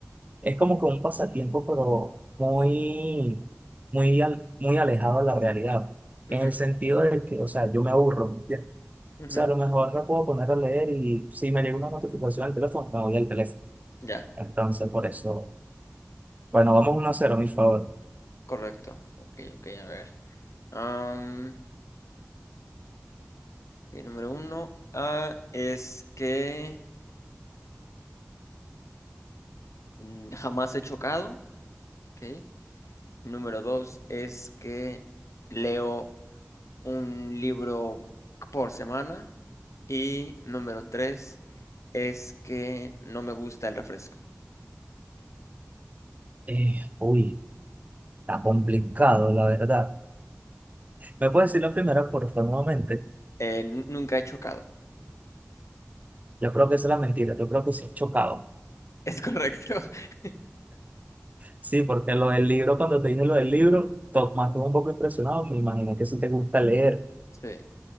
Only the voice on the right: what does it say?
es como que un pasatiempo, pero muy, muy, al- muy alejado de la realidad, en
el sentido de que, o sea, yo me aburro, ¿me entiendes?
O sea, a lo mejor me puedo poner a leer y si me llega una notificación al teléfono, me voy al teléfono.
Entonces, por eso, bueno, vamos 1 a 0, mi favor.
Eh, uy, está complicado, la verdad. ¿Me puedes decir la primera, por favor, nuevamente?
Yo creo que esa es la mentira, yo creo que sí es chocado.
Sí, porque lo del libro, cuando te dije lo del libro, Tomás estuvo un poco impresionado, me imaginé que si te gusta leer.